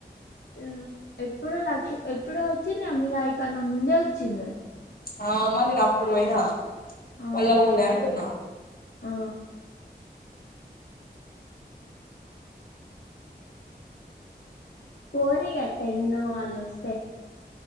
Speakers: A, on the left; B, on the left.
A: మ్ ఎప్పుడో లక్కీ ఎప్పుడో వచ్చిందిగ మిరాయి కన్నా ముందే వచ్చిందది
B: ఆ మర్ నేన్ అప్పుడు పొయినా
A: ఆహా
B: మళ్ళ పోలే అంటున్న
A: ఆ పోరి ఆ టెన్ వాళ్ళొస్తే